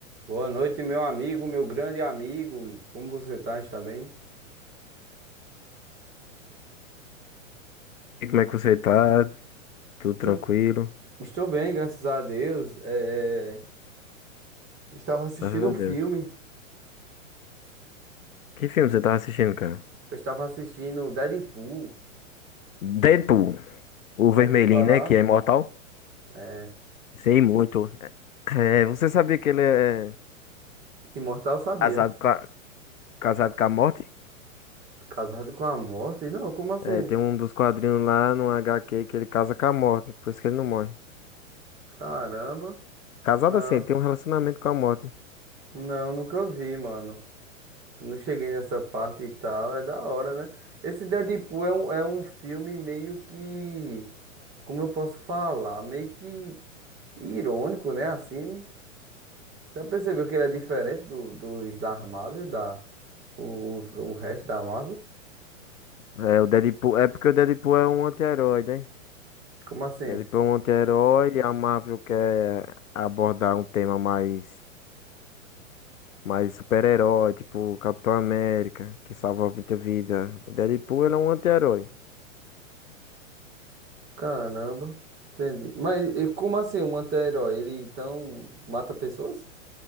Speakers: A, on the right (about 25°); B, on the left (about 85°).
A: Boa noite, meu amigo, meu grande amigo. Como você tá? Está bem?
B: E como
A: Eu
B: é que você tá? Tudo
A: Estou,
B: tranquilo?
A: estou bem, graças a Deus. É, é, Estava assistindo
B: Graças a
A: um filme.
B: Deus. Que filme você tava assistindo, cara?
A: Eu estava assistindo Deadpool.
B: Deadpool, o vermelhinho,
A: Já ouviu falar?
B: né? Que é imortal.
A: É...
B: Sei muito. É, você sabia que ele é
A: Imortal sabia.
B: casado com a, casado com a morte?
A: Casado com a morte? Não, como assim?
B: É, tem um dos quadrinhos lá no HQ que ele casa com a morte, por isso que ele não morre.
A: Caramba.
B: Casado
A: Não,
B: assim, ele tem um relacionamento com a morte.
A: não, nunca vi, mano. Não cheguei nessa parte e tal. É da hora, né? Esse Deadpool é um, é um filme meio que. Como eu posso falar? Meio que. irônico, né? Assim, já percebeu que ele é diferente do, dos da Marvel, da, o, o resto da Marvel?
B: É, o Deadpool, é porque o Deadpool é um anti-herói, né?
A: Como assim?
B: Deadpool é um anti-herói e a Marvel quer abordar um tema mais Mas super-herói, tipo Capitão América, que salva muita vida. O Deadpool, ele é um anti-herói.
A: Caramba, entendi. Mas e como assim, um anti-herói, ele então mata pessoas?